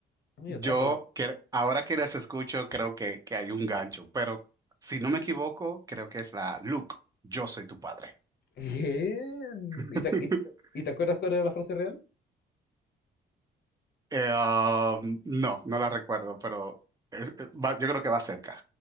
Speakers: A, on the left (about 55°); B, on the right (about 20°).
A: medio
B: yo,
A: trampa la,
B: que, ahora que las escucho, creo que, que hay un gancho, pero si no me equivoco, creo que es la Luke, yo soy tu padre.
A: Bien.
B: <laughs>
A: ¿Y te, y- y te acuerdas cuál era la frase real?
B: Eh, am, no, no la recuerdo, pero es- es- va- yo creo que va cerca.